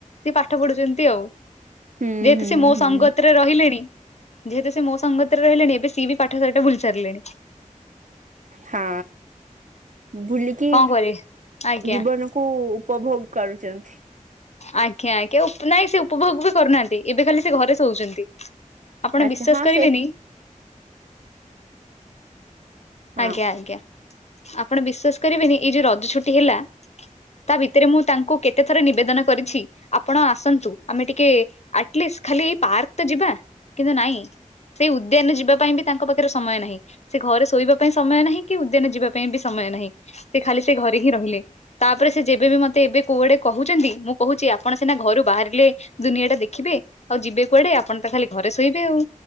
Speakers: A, on the left; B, on the right.
A: ସିଏ ପାଠ ପଢୁଛନ୍ତି ଆଉ
B: ହୁଁ
A: ଯେହେତୁ
B: ହୁଁ
A: ସେ ମୋ
B: ହୁଁ।
A: ସଙ୍ଗ ତ୍ର ରହିଲେଣି ଯେହେତୁ ସେ ମୋ ସଙ୍ଗତ୍ର ରେ ରହିଲେଣି ଏବେ ସିଏ ବି ପାଠ ସାଠ ଭୁଲି ସାରିଲେଣି।
B: ହଁ ଭୁଲିକି
A: କଣ କରିବେ ଆଜ୍ଞା।
B: ଜୀବନ କୁ ଉପଭୋଗ କରୁଛନ୍ତି।
A: ଆଜ୍ଞା ଆଜ୍ଞା ନାଇଁ ସେ ଉପଭୋଗ ବି କରୁନାହାନ୍ତି ଏବେ ଖାଲି ସେ ଘରେ ଶୋଉଛନ୍ତି। ଆପଣ
B: ଆଛା
A: ବିଶ୍ଵାସ
B: ହଁ
A: କରିବେନି
B: ସେ ହଁ
A: ଆଜ୍ଞା ଆଜ୍ଞା ଆପଣ ବିଶ୍ଵାସ କରିବେନି ଏଇ ଯୋଉ ରଜ ଛୁଟି ହେଲା। ତା ଭିତରେ ମୁଁ ତାଙ୍କୁ କେତେ ଥର ନିବେଦନ କରିଛି ଆପଣ ଆସନ୍ତୁ ଆମେ ଟିକେ ଆଟଲିଷ୍ଟ ଖାଲି ଏଇ ପାର୍କ ତ ଯିବା କିନ୍ତୁ ନାଇଁ। ସେଇ ଉଦ୍ୟାନ ଯିବା ପାଇଁ ବି ତାଙ୍କ ପାଖରେ ସମୟ ନାହିଁ ସେ ଘରେ ଶୋଇବା ପାଇଁ ସମୟ ନାହିଁ କି ଉଦ୍ୟାନ ଯିବା ପାଇଁ ବି ସମୟ ନାହିଁ ସେ ଖାଲି ସେ ଘରେ ହିଁ ରହିଲେ। ତାପରେ ସେ ଯେବେ ବି ମତେ ଏବେ କୁଆଡେ କହୁଛନ୍ତି ମୁଁ କହୁଛି ଆପଣ ସିନା ଘରୁ ବାହାରିଲେ। ଦୁନିଆ ଟା ଦେଖିବେ ଆଉ ଯିବେ କୁଆଡେ ଆପଣ ତ ଖାଲି ଘରେ ଶୋଇବେ ଆଉ।